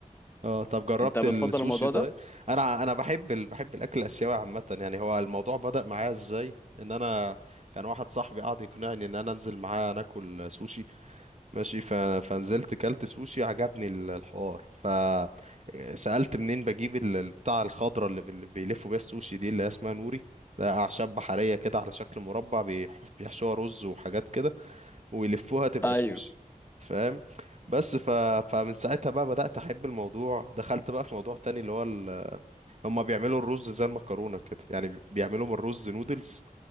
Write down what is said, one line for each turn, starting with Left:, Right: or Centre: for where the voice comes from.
Right: اه طب جربت
Left: انت بتفضل
Right: السوشي
Left: الموضوع
Right: طيب
Left: ده
Right: انا انا بحب ال... بحب الاكل الاسيوي عامه يعني هو الموضوع بدأ معايا ازاي ان انا كان واحد صاحبي قعد يقنعني ان انا انزل معاه ناكل سوشي ماشي ف... فنزلت كلت سوشي عجبني ال- الحوار فسألت منين بجيب ال- ال- بتاع الخضرة اللي بال- بيلفوا بيها السوشي دي اللي هي اسمها نوري ده أعشاب بحرية كده على شكل مربع بيح- بيحشوها رز وحاجات كده ويلفوها تبقى
Left: ايوه
Right: سوشي فاهم بس ف... فمن ساعتها بقى بدأت أحب الموضوع دخلت بقى في موضوع تاني اللي هو هما بيعملوا الرز زي المكرونة كده يعني بي- بيعملوا من الرز نودلز